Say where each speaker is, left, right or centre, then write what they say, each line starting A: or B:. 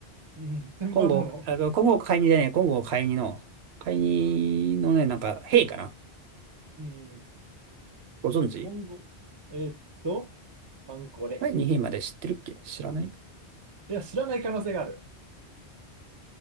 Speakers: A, on the right; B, on the right.
A: うん、全般なの。
B: 混合、あ混合買いにじゃねえ、混合買いにの、買いにのね、なんか、兵かな
A: うん。
B: ご存知
A: 今後、えーっと、パンコレ。
B: 第に兵まで知ってるっけ知らない
A: いや、知らない可能性がある。